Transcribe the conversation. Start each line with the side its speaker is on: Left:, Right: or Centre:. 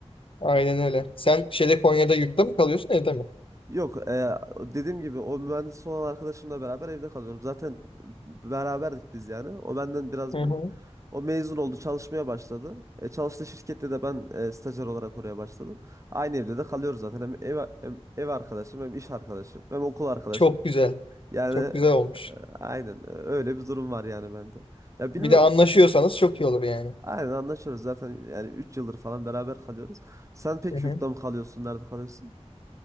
Left: aynen öyle. Sen şeyde Konya'da yurtta mı kalıyorsun evde mi?
Right: Yok e, dediğim gibi o mühendis olan arkadaşımla beraber evde kalıyorum. Zaten beraberdik biz yani. O benden biraz
Left: Hı
Right: büyük.
Left: hı.
Right: O mezun oldu, çalışmaya başladı. E, çalıştığı şirkette de ben e, stajyer olarak oraya başladım. Aynı evde de kalıyoruz zaten. Hem ev, hem ev arkadaşım, hem iş arkadaşım, hem okul arkadaşım.
Left: Çok güzel.
Right: Yani
Left: Çok güzel olmuş.
Right: e, aynen e, öyle bir durum var yani bende. Ya bilmiyorum.
Left: Bir de anlaşıyorsanız
Right: s-
Left: çok iyi olur yani.
Right: Aynen anlaşıyoruz zaten yani 3 yıldır falan beraber kalıyoruz. Sen pek
Left: Hı
Right: yurtta
Left: hı.
Right: mı kalıyorsun, nerede kalıyorsun?